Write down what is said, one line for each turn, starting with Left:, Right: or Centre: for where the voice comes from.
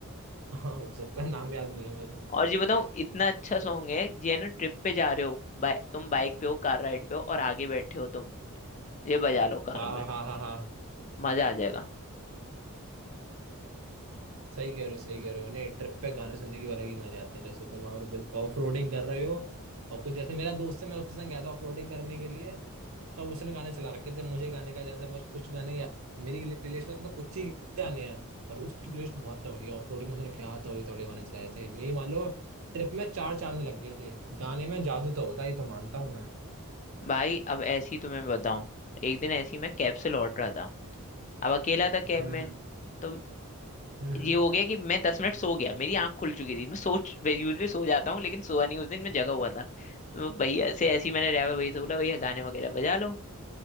Right: हाँ हो सकता है नाम याद नहीं है मुझे
Left: और ये बताऊं इतना अच्छा सॉन्ग है ये ना ट्रिप पे जा रहे हो बाइ तुम बाइक पे हो कार राइड पे हो और आगे बैठे हो तुम ये बजा लो कानों
Right: हाँ हाँ
Left: में
Right: हाँ हाँ
Left: मजा आ जाएगा
Right: सही कह रहे हो सही कह रहे हो नहीं ट्रिप पे गाने सुनने की अलग ही मजे आते हैं जैसे तुम अगर ऑफ रोडिंग कर रहे हो और कुछ जैसे मेरा दोस्त है मैं उसके संग गया था ऑफ रोडिंग करने के लिए तब उसने गाने चला रखे थे मुझे गाने का जैसे मैं कुछ गाने या, मेरी प्लेलिस्ट में तो कुछ ही गाने हैं पर उसकी प्लेलिस्ट बहुत तगड़ी है ऑफ रोडिंग में उसने क्या तगड़े तगड़े गाने चलाए थे मैं ये मान लो ट्रिप में चार चांद लग गए थे गाने में जादू तो होता है ये तो मानता हूँ मैं
Left: भाई अब ऐसी तुम्हें बताऊं एक दिन ऐसी मैं कैब से लौट रहा था अब अकेला था कैब
Right: हम्म
Left: में
Right: हम्म
Left: तो
Right: हम्म हम्म,
Left: ये हो गया कि मैं दस मिनट सो गया मेरी आंख खुल चुकी थी मैं सोच यूजली सो जाता हूँ लेकिन सोया नहीं उस दिन मैं जगा हुआ था तो भैया से ऐसे ही मैंने ड्राइवर भैया से बोला भैया गाने वगैरह बजा लो